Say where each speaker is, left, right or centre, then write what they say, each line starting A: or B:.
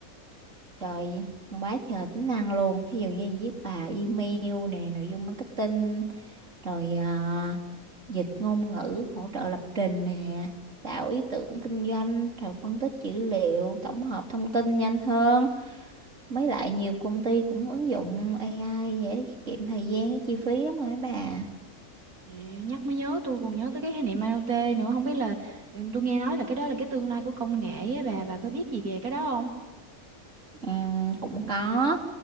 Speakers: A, on the right; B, on the right.
A: Trời, nó quá trời tính năng luôn. Ví dụ như viết bài email nè, nội dung marketing, rồi à, dịch ngôn ngữ, hỗ trợ lập trình nè, tạo ý tưởng kinh doanh, rồi phân tích dữ liệu, tổng hợp thông tin nhanh hơn. Mới lại nhiều công ty cũng ứng dụng AI để tiết kiệm thời gian với chi phí lắm rồi bà.
B: Ừ, nhắc mới nhớ tôi còn nhớ tới cái khái niệm IoT nữa, không biết là ừ, tôi nghe nói là cái đó là cái tương lai của công nghệ á bà, bà có biết gì về cái đó
A: Ừm, cũng có